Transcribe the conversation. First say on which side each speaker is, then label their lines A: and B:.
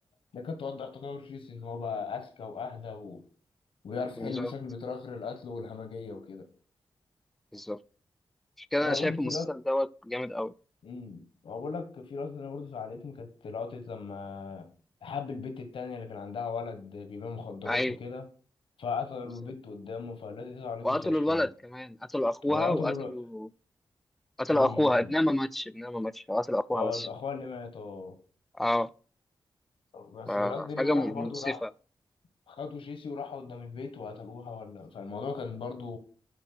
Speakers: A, on the left; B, in the centre.
A: ده كانت توضح تطور جيسي ان هو بقى اذكى واهدى و... وبيعرف
B: بالظبط
A: يحل المشاكل بطريقه غير القتل والهمجيه وكده
B: بالظبط مش كده
A: وانا
B: انا شايف
A: برضو في
B: المسلسل
A: لقطه
B: دوت جامد قوي
A: امم هو بقول لك في لقطه انا برضو زعلتني كانت لقطه لما حب البت التانية اللي كان عندها ولد بيبيع مخدرات
B: ايوه
A: وكده فقتلوا
B: بالظبط
A: البت قدامه فالتي دي زعلتني
B: وقتلوا
A: فشخ
B: الولد
A: يعني
B: كمان قتلوا اخوها
A: هو
B: وقتلوا
A: قتلوا
B: قتلوا
A: الولد.
B: اخوها ابنها ما ماتش ابنها ما ماتش قتلوا اخوها
A: اه
B: بس
A: يبقى اخوها اللي مات اه
B: اه
A: بس
B: آه،
A: الواد دي لما
B: حاجه م-
A: راحوا برضو
B: مؤسفه
A: راح خدوا جيسي وراحوا قدام البيت وقتلوها ولا فالموضوع كان برضو